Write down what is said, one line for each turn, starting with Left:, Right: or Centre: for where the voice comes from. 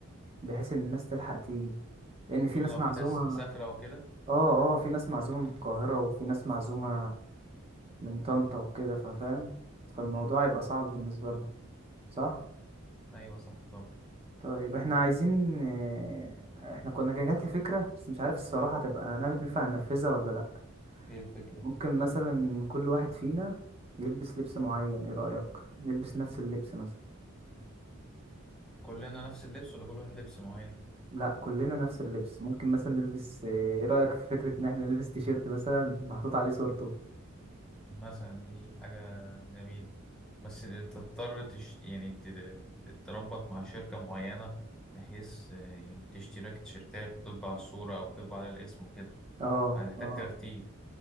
Right: بحيث ان الناس تلحق تيجي لان في
Centre: عشان
Right: ناس
Centre: لو
Right: معزومة
Centre: في ناس مسافرة وكده
Right: اه اه في ناس معزومة من القاهرة وفي ناس معزومة من طنطا وكده ففاهم فالموضوع
Centre: مم.
Right: هيبقى صعب بالنسبة لهم صح
Centre: أيوة صح طب
Right: طيب احنا عايزين آه، احنا كنا كان جات لي فكرة بس مش عارف الصراحة تبقى أنا ينفع ننفذها ولا لا
Centre: هي الفكرة
Right: ممكن مثلا كل واحد فينا يلبس لبس معين ايه رأيك نلبس نفس اللبس مثلا
Centre: كلنا نفس اللبس ولا كل واحد لبس معين
Right: لا كلنا نفس اللبس ممكن مثلا نلبس آه، ايه رأيك في فكرة ان احنا نلبس تيشيرت مثلا محطوط عليه صورته
Centre: مثلا دي حاجة جميلة بس تضطر تش... يعني تت- تتربط مع شركة معينة بحيث آه، يعني تشتري لك تيشيرتات وتطبع الصورة أو تطبع على الاسم وكده
Right: اه
Centre: هتحتاج
Right: اه
Centre: ترتيب